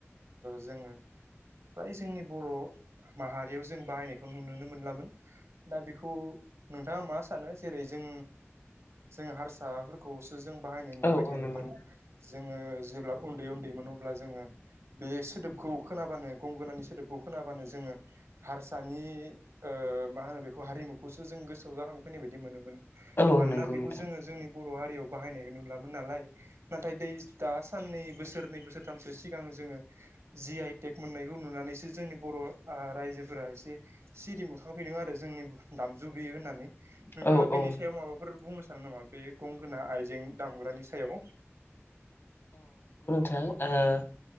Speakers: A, on the right (about 70°); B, on the left (about 55°).
A: जोङो फ्राय जोंनि बर' माहारियाव जों बाहायनायखौ नुुनो मोनलामोन दा बे नोंथाङा मा सानो जेरै जों जों हारसाफोरखौ जों बाहायनाय नुबाय
B: औ औ
A: थायोमोन
B: नंगौ
A: जों जेब्ला उन्दै अब्ला जोङो बे सोदोबखौ खोनाबानो गंगोनानि सोदोबखौ खोनाबानो जों हार हारसानि ओ मा होनो बेखौ हारिमुखौसो जों गोसोआव जाखांफैनाय बायदि मोनोमोन।
B: औ
A: मानोना
B: नंगौ
A: बेखौ
B: नोंथां
A: जोङो जोंनि बर' हारियाव बाहायनाय नुलामोन नालाय। नाथाय दै दा साननै बोसोर नै बोसोरथामसो सिगां जोङो जि आइ टेक मोननायखौ नुनानैसो जोंनि बर' रायजोफोरा एसे सिरि मोनखांफिनदों आरो जोंनि दामजु बियो होननानै। नोंथाङा
B: औ
A: बेनि
B: औ
A: सायाव माबाफोर बुंनो सानो नामा बे गंगोना आयजें दामग्रानि सायाव।
B: ओं।